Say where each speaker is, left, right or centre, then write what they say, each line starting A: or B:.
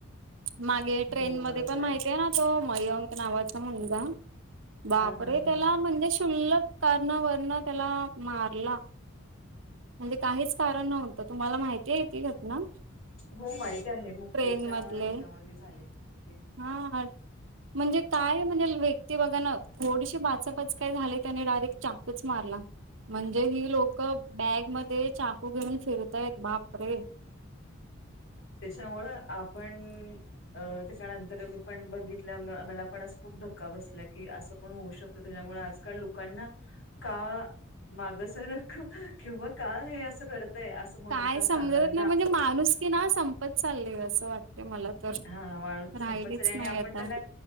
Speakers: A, on the right; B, on the left.
A: मागे ट्रेन
B: हो
A: मध्ये
B: बरोबर
A: पण माहिती आहे ना तो मयंक नावा तो मुलगा बापरे
B: हा हा
A: त्याला
B: हा
A: म्हणजे शुल्लक कारणा वरण त्याला मारला. म्हणजे काहीच कारण नव्हतं. तुम्हाला माहिती आहे ती घटना?
B: हो माहित आहे मुंबईच्या
A: ट्रेन मधले
B: ह्याच्यामध्ये झाले बहुतेक.
A: हा म्हणजे काय म्हणेल व्यक्ती बघा ना थोडीशी बाचापाच काय झाली त्याने डायरेक्ट चाकूच मारला. म्हणजे ही लोक बॅग मध्ये चाकू घेऊन फिरतायत बापरे.
B: त्याच्यामुळं आपण अ त्याच्यानंतर मी पण बघितलं मला पण असं खूप धक्का बसला की असं पण होऊ शकतो त्याच्यामुळे आजकाल लोकांना का माग सरक किंवा का हे असं करतय असं म्हणून
A: काय
B: पण
A: समजत
B: चालणार
A: नाही म्हणजे माणूस की ना संपत चालली असं वाटते मला तर
B: हा माणूस
A: राहिलीच
B: संपत चाल आणि
A: नाही
B: आपण
A: आता
B: त्यांना